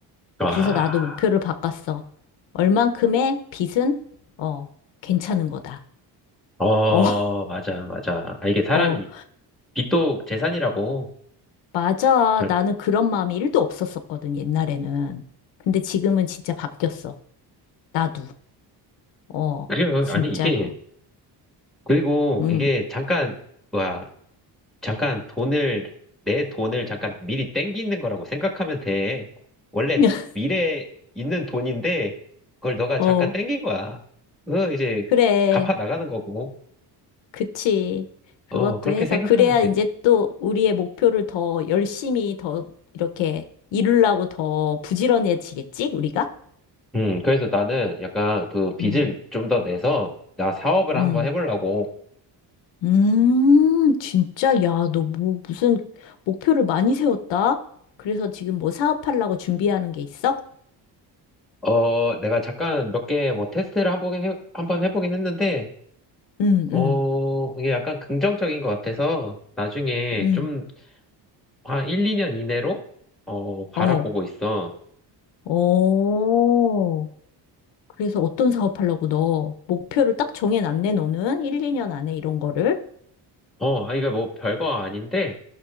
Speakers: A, in the centre; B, on the left.
A: 와,
B: 그래서 나도 목표를 바꿨어. 얼만큼의 빚은, 어, 괜찮은 거다.
A: 어,
B: 어, <laughs>
A: 맞아, 맞아. 아, 이게 사람이,
B: 어,
A: 빚도 재산이라고.
B: 맞아.
A: 그
B: 나는 그런 마음이 1도 없었었거든, 옛날에는. 근데 지금은 진짜 바뀌었어. 나도. 어,
A: 그래요.
B: 진짜로.
A: 아니, 이게, 그리고
B: 응.
A: 이게 잠깐, 와, 잠깐 돈을, 내 돈을 잠깐 미리 땡기는 거라고 생각하면 돼. 원래
B: <laughs>
A: 미래에 있는 돈인데, 그걸 너가
B: 어.
A: 잠깐 땡긴 거야. 그 이제
B: 그래,
A: 갚아 나가는 거고.
B: 그치. 그것도
A: 어, 그렇게
B: 해서,
A: 생각하면
B: 그래야
A: 돼.
B: 이제 또 우리의 목표를 더 열심히 더 이렇게 이루려고 더 부지런해지겠지, 우리가?
A: 음, 그래서 나는 약간 그 빚을
B: 음,
A: 좀 더 내서, 나 사업을 한번
B: 음,
A: 해보려고.
B: 음, 진짜, 야, 너 뭐, 무슨 목표를 많이 세웠다? 그래서 지금 뭐 사업하려고 준비하는 게 있어?
A: 어, 내가 잠깐 몇 개 뭐 테스트를 한번 해, 한번 해보긴 했는데,
B: 음,
A: 어,
B: 음,
A: 이게 약간 긍정적인 것 같아서 나중에
B: 음,
A: 좀 한 1, 2년 이내로 어, 바라보고
B: 어,
A: 있어.
B: 어. 그래서 어떤 사업하려고 너 목표를 딱 정해놨네, 너는? 1, 2년 안에 이런 거를?
A: 어, 아, 이거 뭐 별거 아닌데